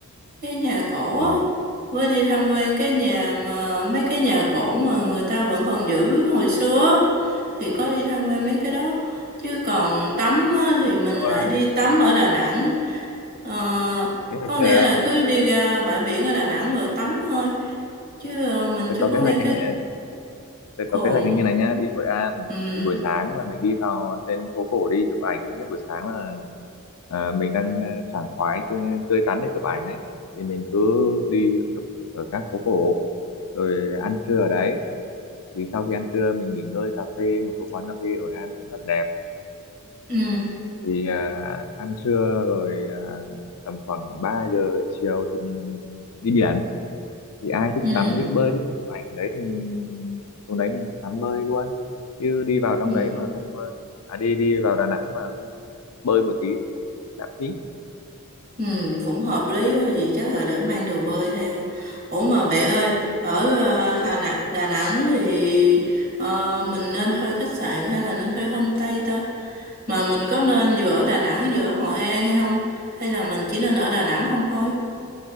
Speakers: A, on the right (about 40°); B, on the left (about 80°).
A: cái nhà cổ
B: ờ
A: á với đi tham quan cái nhà mà mấy cái nhà cổ mà người ta vẫn còn giữ hồi xưa á, thì có đi tham quan mấy cái đó chứ còn tắm á, thì mình
B: Thế
A: lại
B: mà
A: đi tắm ở Đà Nẵng Ờ,
B: kế hoạch
A: có nghĩa
B: ờ,
A: là cứ đi ra bãi biển ở Đà Nẵng rồi tắm thôi chứ ờ, mình
B: tớ
A: chưa
B: có
A: có
B: kế
A: nghe
B: hoạch
A: cái
B: anh à, Tôi
A: cồn
B: có kế hoạch là như này nhá, đi Hội An
A: ừ
B: thì buổi sáng là mình đi vào trên phố cổ đi chụp ảnh. Thứ nhất buổi sáng là à, mình đang à, sảng khoái tươi, tươi tắn để chụp ảnh ấy thì mình cứ đi chụp ở các phố cổ rồi ăn trưa ở đấy. Thì sau khi ăn trưa mình nghỉ ngơi cà phê một số quán cà phê ở Hội An cũng rất là đẹp.
A: ừ
B: Thì à, ăn trưa rồi à, tầm khoảng ba giờ chiều thì mình đi biển thì ai thích
A: ừ
B: tắm thích bơi thích chụp ảnh đấy thì mình xuống đấy mình tắm bơi luôn chứ đi vào trong
A: ừ
B: đấy mà không ờ, à, đi đi vào Đà Nẵng mà không bơi một tí thì cũng lãng phí
A: Ừ, cũng hợp lý đó, vậy chắc là để mang đồ bơi theo. Ủa mà bạn ơi,
B: ừ.
A: ở ờ, Hà Nẵng, Đà Nẵng thì ờ, mình nên thuê khách sạn hay là nên thuê homestay ta? Mà mình có nên vừa ở Đà Nẵng vừa ở Hội An hay không? Hay là mình chỉ nên ở Đà Nẵng không thôi?